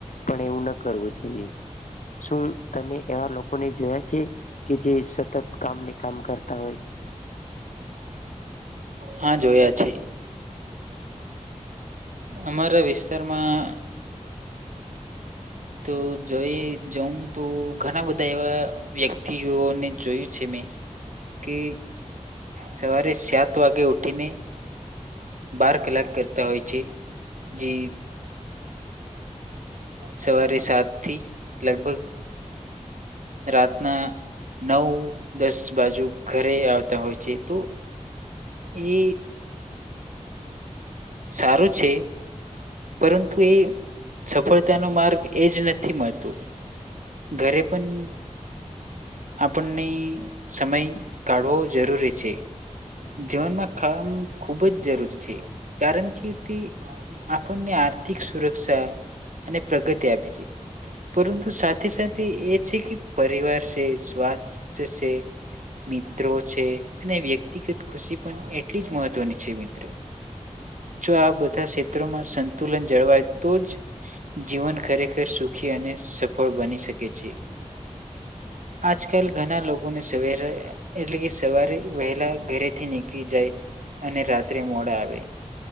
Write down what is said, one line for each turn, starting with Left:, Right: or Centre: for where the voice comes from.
Left: પણ એવું ન કરવું જોઈએ શું તમે એવા લોકોને જોયા છે કે જે સતત કામને કામ કરતા હોય
Right: હા જોયા છી અમારા વિસ્તારમાં તો જોઈ જઉં તો ઘણા બધા એવા વ્યક્તિઓને જોયું છે મેં કે સવારે સાત વાગે ઉઠીને બાર કલાક કરતા હોય છે જે સવારે સાત થી લગભગ રાતના નવ દસ બાજુ ઘરે આવતા હોય છે તો એ સારું છે પરંતુ એ સફળતાનો માર્ગ એ જ નથી મળતો ઘરે પણ આપણને સમય કાઢવો જરૂરી છે જીવનમાં કામ ખૂબ જ જરૂરી છે કારણ કે તે આપણને આર્થિક સુરક્ષા અને પ્રગતિ આપે છે પરંતુ સાથે સાથે એ છે કે પરિવાર છે સ્વાસ્થ્ય છે મિત્રો છે અને વ્યક્તિગત ખુશી પણ એટલી જ મહત્વની છે મિત્રો જો આ બધા ક્ષેત્રોમાં સંતુલન જળવાય તો જ જીવન ખરેખર સુખી અને સફળ બની શકે છે આજકાલ ઘણા લોકોને સરે એટલે કે સવારે વહેલા ઘરેથી નીકળી જાય અને રાત્રે મોડા આવે